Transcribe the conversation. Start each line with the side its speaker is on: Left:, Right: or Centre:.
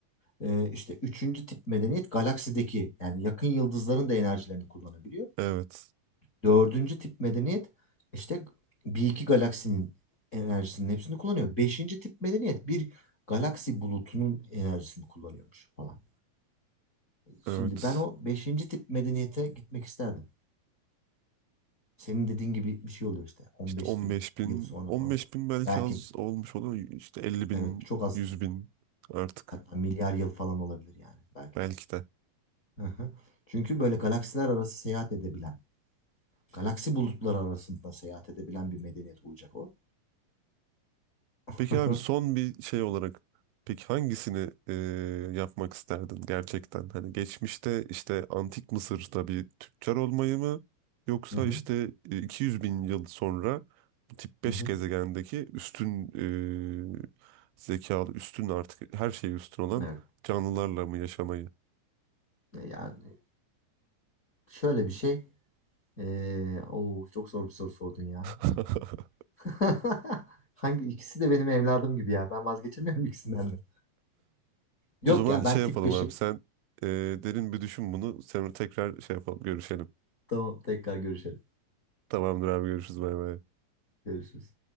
Left: Ee, işte üçüncü tip medeniyet galaksideki yani yakın yıldızların da enerjilerini kullanabiliyor.
Right: Evet.
Left: Dördüncü tip medeniyet işte bir iki galaksinin enerjisinin hepsini kullanıyor. Beşinci tip medeniyet bir galaksi bulutunun enerjisini kullanıyormuş falan. Şimdi
Right: Evet.
Left: ben o beşinci tip medeniyete gitmek isterdim. Senin dediğin gibi bir şey oluyor işte On
Right: İşte
Left: beş
Right: 15
Left: bin
Right: bin.
Left: yıl sonra
Right: 15
Left: falan.
Right: bin belki
Left: Belki
Right: az olmuş olur. İşte 50 bin,
Left: evet çok az
Right: 100 bin artık.
Left: hatta milyar yıl falan olabilir yani belki
Right: Belki
Left: de.
Right: de.
Left: Hı hı. Çünkü böyle galaksiler arası seyahat edebilen Galaksi bulutları arasında seyahat edebilen bir medeniyet olacak o. <laughs>
Right: Peki abi
Left: Hı
Right: son bir şey olarak peki hangisini e, yapmak isterdin gerçekten? Hani geçmişte işte antik Mısır'da bir tüccar olmayı mı yoksa
Left: hı,
Right: işte e, 200 bin yıl sonra bu tip beş
Left: hı hı.
Right: gezegendeki üstün e, zekalı, üstün artık her şeye üstün olan
Left: Evet.
Right: canlılarla mı yaşamayı?
Left: E, Yani şöyle bir şey. Ee, oo, çok zor bir soru sordun ya.
Right: <laughs>
Left: <laughs> Hangi ikisi de benim evladım gibi ya. Ben vazgeçemiyorum ikisinden de. Yok
Right: O zaman
Left: ya
Right: şey
Left: ben
Right: yapalım
Left: tip 5'i.
Right: abi sen e, derin bir düşün bunu. Sen tekrar şey yapalım görüşelim.
Left: Tamam tekrar görüşelim.
Right: Tamamdır abi görüşürüz bay bay.
Left: Görüşürüz.